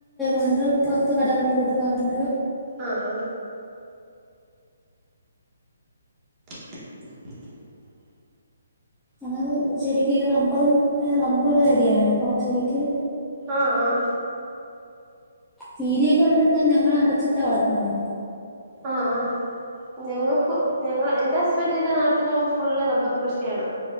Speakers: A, in the centre; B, on the right.
A: അണ്ട് പുറത്ത് കടകളിൽ കൊടുക്കാറുണ്ട്
B: ആ ആ ഉ
A: ങ്ങത് ശരിക്കക്ക് റബ്ബറും റബ്ബർ കരിയാണ് അപ്പൊ ശരിക്കും
B: ആഹ ആഹ
A: കീരിയൊക്കെ കൊണ്ടെന്നാ ഞങ്ങള്ൾ അടച്ചിട്ടാ വളർക്കുന്നത്േ
B: ആഹ് ആഹ് ഞങ്ങൾക്ക് ഞങ്ങ എന്റെ ഹസ്ബൻറിിന്റെ നാട്ടില് ഫുള്ള് റബ്ബർ കൃഷിയാണ്